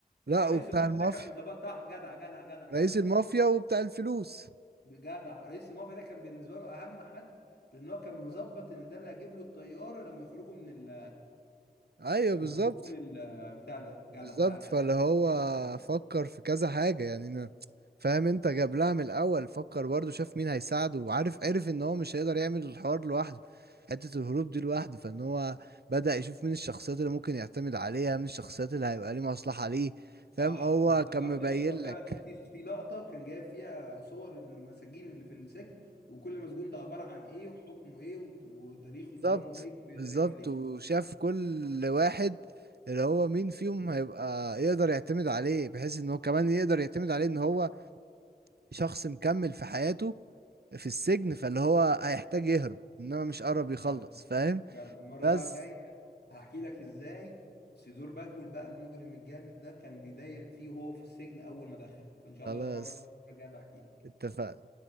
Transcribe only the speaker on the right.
لا
وبتاع
المافيا
رئيس المافيا وبتاع الفلوس
ايوه
بالظبط
بالظبط
فاللي هو
فكر في كذا حاجة يعني أنا فاهم انت جاب لها من الاول فكر برضه شاف مين هيساعده وعارف عرف ان هو مش هيقدر يعمل الحوار لوحده حتة الهروب دي لوحده فان هو بدأ يشوف مين الشخصيات اللي ممكن يعتمد عليها مين الشخصيات اللي هيبقى ليه مصلحة ليه فاهم
هو
كان مبين
لك
بالظبط
بالظبط
وشاف كل واحد اللي هو مين فيهم هيبقى يقدر يعتمد عليه بحيث ان هو كمان يقدر يعتمد عليه ان هو شخص مكمل في حياته في السجن فاللي هو هيحتاج يهرب انما مش قرب يخلص
فاهم
بس
خلاص
اتفقنا